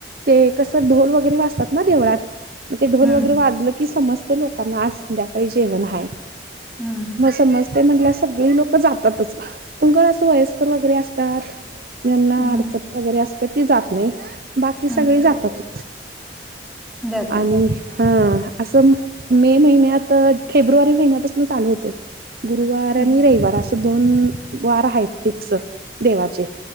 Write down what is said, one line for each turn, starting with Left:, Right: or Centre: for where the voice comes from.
Right: ते कसं ढोल वगैरे... असतात ना देवळात. मग ते ढोल
Centre: हम्म
Right: वगैरे वाजलं की समस्त लोकांना आज संध्याकाळी जेवण आहे....
Centre: हम्म
Right: मग समज ते म्हटलं सगळी लोक जातात.... पण का असं वयस्कर वगैरे असतात ज्यांना
Centre: हम्म
Right: अडचण वगैरे असतात. तर ती जात नाही बाकी सगळी
Centre: हम्म
Right: जातात...
Centre: जातात
Right: आणि हा... असं मे महिन्यात फेब्रुवारी महिन्यापासून चालू होते. गुरुवार
Centre: हम्म
Right: आणि रविवार.... द वार आहेतिक देवाचे.